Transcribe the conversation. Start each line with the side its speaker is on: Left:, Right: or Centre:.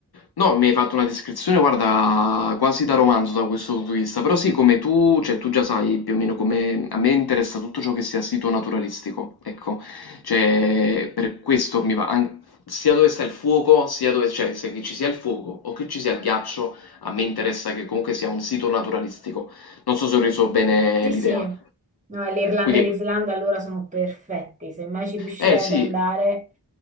Left: no, mi hai fatto una descrizione, guarda, quasi da romanzo da questo punto di vista, però sì, come tu, cioè tu già sai più o meno come a me interessa tutto ciò che sia sito naturalistico, ecco, cioè per questo mi va, an- sia dove sta il fuoco, sia dove, cioè se che ci sia il fuoco o che ci sia il ghiaccio, a me interessa che comunque sia un sito naturalistico, non so se ho reso bene
Right: Sì,
Left: l'idea,
Right: sì. No, e l'Irlanda
Left: quindi,
Right: e l'Islanda allora sono perfetti. Se mai ci riuscirai
Left: eh sì,
Right: ad andare,